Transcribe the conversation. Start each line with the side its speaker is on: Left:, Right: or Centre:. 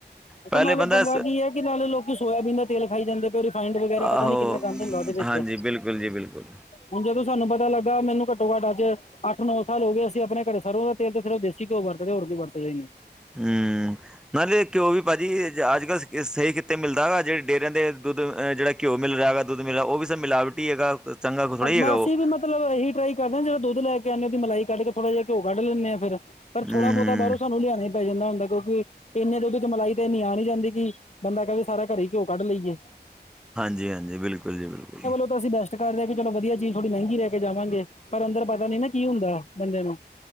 Left: ਦੇਖੋ
Centre: ਪਹਿਲੇ
Left: ਨਾਲੇ
Centre: ਬੰਦਾ
Left: ਪੰੰਗਾ ਕੀ ਏ ਕਿ ਨਾਲੇ ਲੋਕੀ ਸੋਇਆਬੀਨ ਦਾ ਤੇਲ ਖਾਈ ਜਾਂਦੇ ਪਏ। ਰਿਫਾਇੰਡ ਵਗੈਰਾ
Centre: ਆਹੋ
Left: ਪਤਾ ਨੀ ਕਿੰਨਾ ਗੰਦ ਹੁੰਦਾ ਉਦੇ
Centre: ਹਾਂਜੀ
Left: ਵਿੱਚ
Centre: ਬਿਲਕੁਲ ਜੀ ਬਿਲਕੁਲ
Left: ਹੁਣ ਜਦੋਂ ਸਾਨੂੰ ਪਤਾ ਲੱਗਾ ਮੈਨੂੰ ਘੱਟੋ ਘੱਟ ਅੱਜ ਅੱਠ ਨੌ ਸਾਲ ਹੋ ਗਏ ਅਸੀ ਆਪਣੇ ਘਰ ਸਰੋਂ ਦਾ ਤੇਲ ਤੇ ਫਿਰ ਦੇਸੀ ਘਿਓ ਵਰਤਦੇ ਹੋਰ ਕੋਈ ਵੀ ਵਰਤਦੇ ਈ ਨਈ।
Centre: ਹੂੰ ਨਾਲੇ ਘਿਓ ਵੀ ਭਾਜੀ ਅੱਜ ਕੱਲ੍ਹ ਸਈ ਕਿੱਥੇ ਮਿਲਦਾ ਵਾ ਜਿਹੜੇ ਡੇਰਿਆਂ ਦੇ ਦੁੱਧ ਅਹ ਜੇੜਾ ਘਿਓ ਮਿਲ ਰਿਆ ਹੈਗਾ ਦੁੱਧ ਮਿਲ ਰਿਆ ਓ ਵੀ ਸਾਰੇ ਮਿਲਾਵਟੀ ਹੀ ਹੈਗਾ। ਚੰਗਾ ਥੋੜ੍ਹਾ
Left: ਹਾਂ
Centre: ਉਹ।
Left: ਅਸੀ ਵੀ ਮਤਲਬ ਇਹੀ ਟਰਾਈ ਕਰਦੇ ਆਂ ਜੇੜਾ ਦੁੱਧ ਲੈ ਕੇ ਆਂਣੇ ਉਦੀ ਮਲਾਈ ਕੱਢ ਕੇ ਥੋੜਾ ਜਿਹਾ ਘਿਓ ਕੱਢ ਲੈਂਣੇ ਫਿਰ ਪਰ
Centre: ਹੂੰ-ਹੂੰ,
Left: ਥੋੜਾ ਬੋਤਾ ਬਾਰੋਂ ਸਾਨੂੰ ਲਿਆਣਾ ਈ ਪੈ ਜਾਂਦਾ ਹੁੰਦਾ ਕਿਉਂਕਿ ਇੰਨੇ ਦੁਧ 'ਚ ਮਲਾਈ ਤੇ ਇੰਨੀ ਆ ਨੀ ਜਾਂਦੀ ਕਿ ਬੰਦਾ ਕਵੇ ਸਾਰਾ ਘਰੇ ਈ ਘਿਓ ਕੱਢ ਲਈਏ।
Centre: ਹਾਂਜੀ-ਹਾਂਜੀ ਬਿਲਕੁਲ ਜੀ ਬਿਲਕੁਲ
Left: ਬਸ ਜੀ ਬੈਸਟ ਘਰ ਲੈ ਕੇ ਚਲੋ ਵਧੀਆ ਚੀਜ਼ ਥੋੜੀ ਮਹਿੰਗੀ ਲੈ ਕੇ ਜਾਵਾਂਗੇ ਪਰ ਅੰਦਰ ਪਤਾ ਨੀ ਨਾ ਕੀ ਹੁੰਦਾ ਬੰਦੇ ਨੂੰ